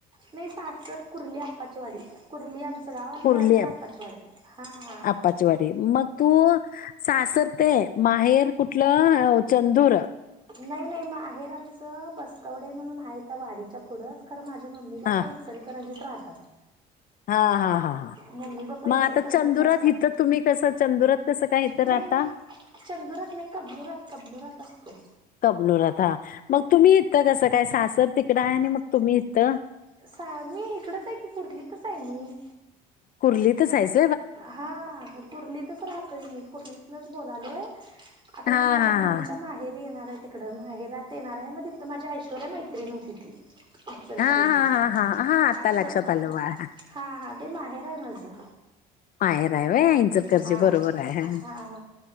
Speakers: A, on the right; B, on the left.
A: नाही सासर कुर्ली आप्पाचीवाडी कुर्ली आमचं गावं
B: कुर्ली
A: म नंतर अप्पाचीवाडी हां
B: आप्पाचीवाडी मग तू सासर ते माहेर कुठलं चंदूर.
A: नाही नाही माहेर आमचं बस्तवडे म्हणून हाय त्या वाडीच्या पुढंच खरं माझ मम्मी पप्पा
B: हा
A: इचलकरंजीत राहतात.
B: हा हा हा.
A: मम्मी पप्पा
B: मग
A: इचलकरंजीत
B: आता चंदुरात
A: असतात
B: इथं तुम्ही कसं चंदुरात कसं काय इथं
A: नाही
B: राहता?
A: नाही चंदुरात नाही कबनुरात कबनुरात असतोय.
B: कबनुरात हा मग तुम्ही इथं कसं काय सासर तिकडं आहे आणि मग तुम्ही इथं.
A: सा मी इकडचं आहे की कुर्लीतच आहे मी.
B: कुर्लीतच आहेस
A: हा कुर्लीतच राह ते मी कुर्लीतनच बोलालोय, आता
B: हा
A: मी माझ्या
B: हा
A: मम्मीच्या
B: हा.
A: माहेर री येणार आहे तिकडं माहेरात येणार आहे मग तिथं माझी ऐश्वर्या मैत्रीण होती ती. इचलकरंजीत
B: हा हा हा हा हा आता
A: असं,
B: लक्षात आलं बाळा
A: हा हा ते माहेर आहे माझं.
B: माहेर आहे होय इंचलकरंजी
A: हा
B: बरोबर आहे,
A: हा